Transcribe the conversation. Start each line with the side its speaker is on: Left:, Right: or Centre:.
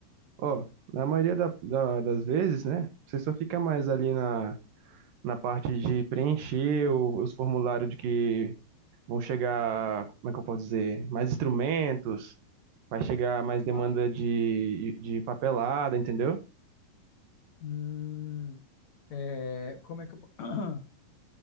Right: Ó, na maioria da- da- das vezes, né? Você só fica mais ali na, na parte de preencher o- os formulários de que vão chegar, como é que eu posso dizer? Mais instrumentos, vai chegar mais demanda
Left: Ah,
Right: de, de de papelada, entendeu?
Left: hum, é, como é que eu... po- <clears throat>